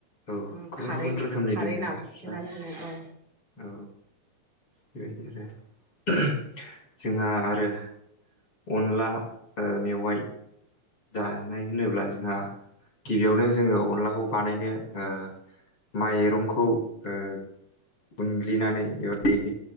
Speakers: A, on the left; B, on the right.
A: औ
B: ओम
A: गुबुन
B: खारै
A: गुबुन रोखोमनि
B: खारै
A: दोनो
B: नारसोनानै
A: मानसिफ्रा
B: दोनो औ
A: औ <unintelligible> जोंहा आरो अनला ओ मेवाय जानाय होनोब्ला जोंहा गिबियावनो जोङो अनलाखौ बानायनो ओ माइरंखौ ओ उनग्लिनानै एबा दै